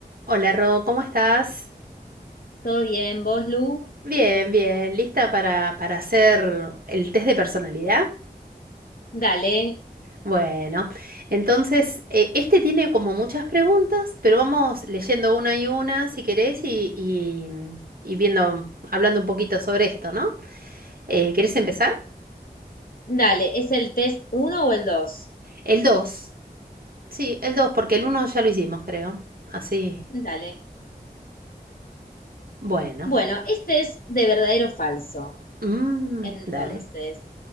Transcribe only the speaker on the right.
Hola Ro, ¿cómo estás?
Bien, bien, ¿lista para, para hacer el test de personalidad?
Bueno, entonces eh, este tiene como muchas preguntas, pero vamos leyendo una y una si querés y, y- y viendo, hablando un poquito sobre esto, ¿no? Eh, ¿querés empezar?
El 2. sí, el 2, porque el uno ya lo hicimos, creo. Así,
bueno,
Mm,
dale.